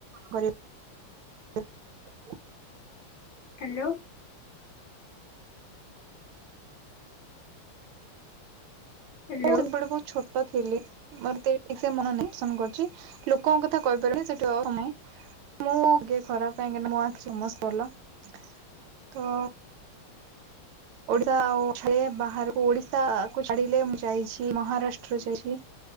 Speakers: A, on the right; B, on the left.
A: କରେ <unintelligible>
B: ହ୍ୟାଲୋ ହ୍ୟାଲୋ
A: ବହୁତ ବଡ଼ ପଛ ଥିଲି ମୋର ଠିକ ସେ ମନ ନେଇ ପସନ କରୁଛି ଲୋକଙ୍କ କଥା କହିପାରୁନି ସେଠିୟ ମୁଁ କିଏ ଖରାପ କାହିଁକିନା ମୋ ଆଖି ସମସ୍ତେ ଭଲ ତ
B: <inaudible>
A: ଓଡିଶା ଆଉ ଛ ବାହାରକୁ ଓଡିଶାକୁ ଛାଡିଲେ ମୁଁ ଯାଇଛି ମହାରାଷ୍ଟ୍ର ଯାଇଛି